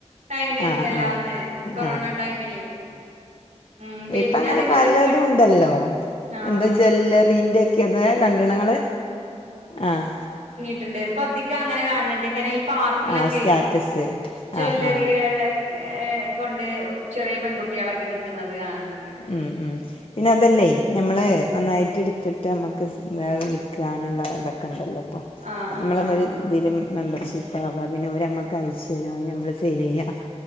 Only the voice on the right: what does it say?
ടൈമേര്ന്നല്ലോ
അന്ന് കൊറോണ
ടൈമില് ഉം പിന്നെ
അതിമന്നൊക്കെ
വി
ആഹ്
ണ്ടിട്ട്ണ്ട് ഇപ്പ അധിക അങ്ങനെ കാണ് ണ് ണ്ട് ഇങ്ങനെ ഈ പാർക്കിലൊക്കെ
ജ്വല്ലറികളെക്കെ
ഏഹ് കൊണ്ട് ചെറിയ പെൺകുട്ടികളൊക്കെ നിക്ക്‌ന്നത് കാണ് ണ്ട്.
ആഹ്
ആഹ്
ആഹ്